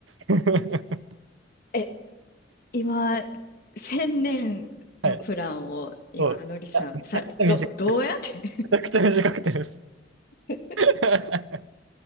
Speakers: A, on the right (about 80°); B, on the left (about 50°).
A: <laughs>
B: え今、千年のプランを今、
A: はい。そう。
B: のりさん、
A: いやめちゃくちゃ短くてです。
B: さ、ど、どうやって
A: めちゃくちゃ短くてです。
B: <laughs>
A: <laughs>